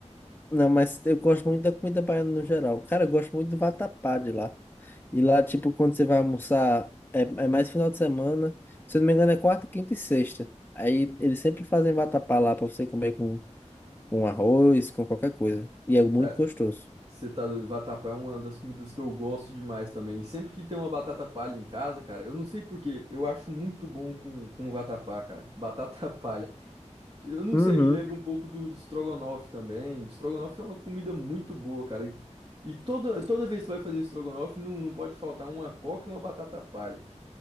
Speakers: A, on the left (about 15°); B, on the right (about 35°).
A: Não, mas eu gosto muito da comida baiana no geral. Cara, eu gosto muito do vatapá de lá. E lá, tipo, quando você vai almoçar, é, é mais final de semana. Se eu não me engano, é quarta, quinta e sexta. Aí eles sempre fazem vatapá lá pra você comer com, com arroz, com qualquer coisa. E é muito
B: Cara,
A: gostoso.
B: Você tá doido? Vatapá é uma das comidas que eu gosto demais também. Sempre que tem uma batata palha em casa, cara, eu não sei por quê, eu acho muito bom com, com vatapá, cara. Batata <laughs> palha. Eu não
A: Uhum,
B: sei, me lembra um pouco do, do estrogonofe também. Estrogonofe é uma comida muito boa, cara. E, e toda, toda vez que você vai fazer estrogonofe, não, não pode faltar uma coca e uma batata palha.